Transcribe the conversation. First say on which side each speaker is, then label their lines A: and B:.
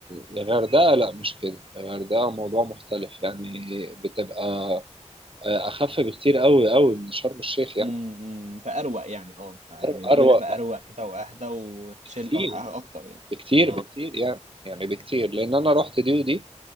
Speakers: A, on the right; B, on the right.
A: الغردقة لا مش كده الغردقة موضوع مختلف يعني بتبقى آه، أخف بكتير قوي قوي من شرم الشيخ يعني
B: امم فاروق يعني اه يعني
A: أروق
B: الدنيا
A: أروق
B: هتبقى اروق كده واهدى وتشيل
A: بكتير
B: أخ- اكتر يعني
A: بكتير
B: اه
A: بكتير يعني يعني بكتير لأن أنا رحت دي ودي